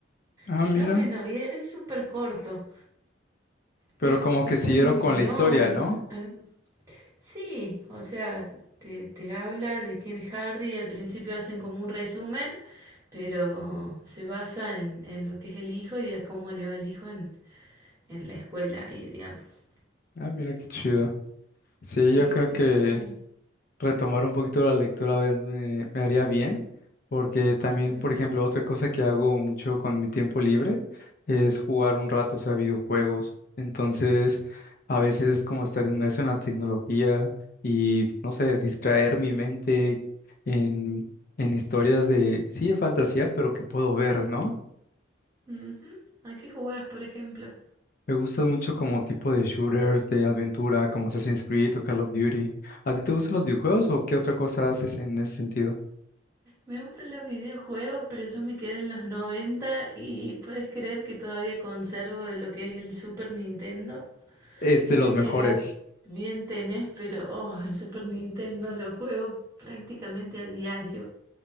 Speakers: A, on the left (about 45°); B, on the right (about 15°).
A: Ah,
B: Está
A: mira.
B: bueno y es es súper corto.
A: Pero
B: Es,
A: como que
B: es
A: siguieron
B: como un
A: con
B: guión.
A: la historia, ¿no?
B: algo- Sí, o sea, te, te habla de quién es Harry al principio hacen como un resumen, pero se basa en, en lo que es el hijo y a cómo le va el hijo en, en la escuela ahí, digamos.
A: Ah, mira qué chido. Sí,
B: Sí,
A: yo creo
B: está
A: que
B: bueno.
A: retomar un poquito la lectura a ver, me, me haría bien, porque también,
B: Mm,
A: por ejemplo, otra cosa que hago mucho con mi tiempo libre es jugar un rato, o sea, videojuegos. Entonces, a veces es como estar inmerso en la tecnología y, no sé, distraer mi mente en, en historias de, sí, de fantasía, pero que puedo ver, ¿no?
B: ujú. ¿A qué jugás, por ejemplo?
A: Me gustan mucho como tipo de shooters, de aventura, como Assassin's Creed o Call of Duty. ¿A ti te gustan los videojuegos o qué otra cosa haces en ese sentido?
B: Me gustan los videojuegos, pero yo me quedé en los 90 y puedes creer que todavía conservo lo que es el Super Nintendo.
A: Es
B: No
A: de los
B: sé qué
A: mejores.
B: edad bien tenés, pero oh, el Super Nintendo lo juego prácticamente a diario.